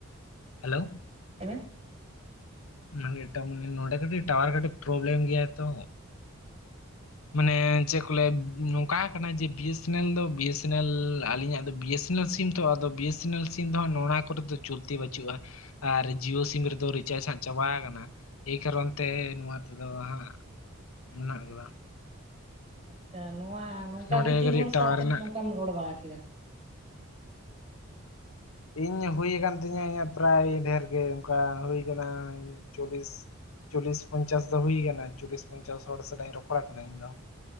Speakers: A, on the left; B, on the right.
A: ᱦᱮᱞᱳ ᱾
B: <unintelligible>
A: ᱢᱟᱱᱮ ᱮᱴᱟ ᱢᱟᱱᱮ ᱱᱚᱰᱮ ᱴᱟᱣᱟᱨ ᱜᱟᱴᱤᱡ ᱯᱨᱳᱵᱞᱮᱢ ᱜᱮᱭᱟᱭ ᱛᱚ᱾ ᱢᱟᱱᱮ ᱪᱮᱫ ᱠᱚ ᱞᱟᱹᱭᱟ ᱱᱚᱝᱠᱟ ᱠᱟᱱᱟ ᱡᱮ ᱵᱤᱭᱮᱥᱮᱱᱮᱞ ᱫᱚ ᱵᱤᱭᱮᱥᱮᱱᱮᱞ ᱟᱞᱤᱧᱟᱜ ᱫᱚ ᱵᱤᱭᱮᱥ <unintelligible> ᱥᱤᱢ ᱛᱚ ᱟᱫᱚ ᱵᱤᱭᱮᱥᱮᱱᱮᱞ ᱥᱤᱢ ᱫᱚ ᱱᱚᱣᱟ ᱠᱚᱨᱮ ᱫᱚ ᱪᱚᱞᱛᱤ ᱵᱟᱹᱪᱩᱜᱼᱟ ᱟᱨ ᱡᱤᱭᱳ ᱥᱤᱢ ᱨᱮᱫᱚ ᱨᱤᱪᱟᱨᱡᱽ ᱦᱟᱸᱜ ᱪᱟᱵᱟ ᱠᱟᱱᱟ ᱮᱭ
B: ᱦᱮᱸ
A: ᱠᱟᱨᱚᱱ ᱛᱮ ᱱᱚᱣᱟ ᱛᱮᱫᱚ ᱦᱟᱸᱜ ᱢᱮᱱᱟᱜ ᱟᱠᱟᱫᱟ
B: ᱟᱪᱪᱷᱟ᱾ ᱱᱚᱣᱟ ᱱᱚᱝᱠᱟᱜᱤ
A: ᱱᱚᱰᱮ
B: ᱛᱤᱱ
A: ᱠᱟᱹᱴᱤᱡ
B: ᱦᱚᱲ
A: ᱴᱟᱣᱟᱨ
B: ᱥᱟᱶᱛᱮ
A: ᱨᱮᱱᱟᱜ
B: ᱱᱚᱝᱠᱟᱢ ᱨᱚᱲ ᱵᱟᱲᱟ ᱠᱮᱫᱟ
A: ᱤᱧ ᱦᱩᱭ ᱟᱠᱟᱱ ᱛᱤᱧᱟᱹ ᱤᱧᱟᱹᱜ ᱯᱨᱟᱭ ᱰᱷᱮᱨ ᱜᱮ ᱚᱱᱠᱟ ᱦᱩᱭ ᱠᱟᱱᱟ ᱪᱚᱞᱞᱤᱥ ᱪᱚᱞᱞᱤᱥ ᱯᱚᱸᱧᱪᱟᱥ ᱫᱚ ᱦᱩᱭ ᱠᱟᱱᱟ ᱪᱚᱞᱞᱤᱥ ᱯᱚᱸᱧᱪᱟᱥ ᱦᱚᱲ ᱥᱟᱞᱟᱜ ᱤᱧ ᱨᱚᱯᱚᱲ ᱠᱟᱱᱟ ᱤᱧ ᱫᱚ᱾